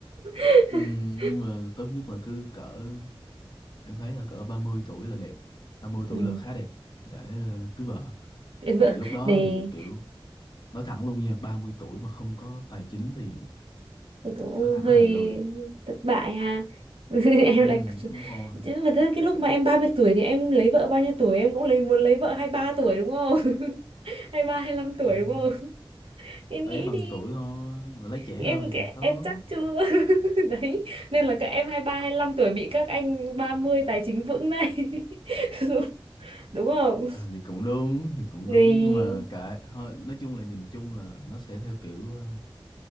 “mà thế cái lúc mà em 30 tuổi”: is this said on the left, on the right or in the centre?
Right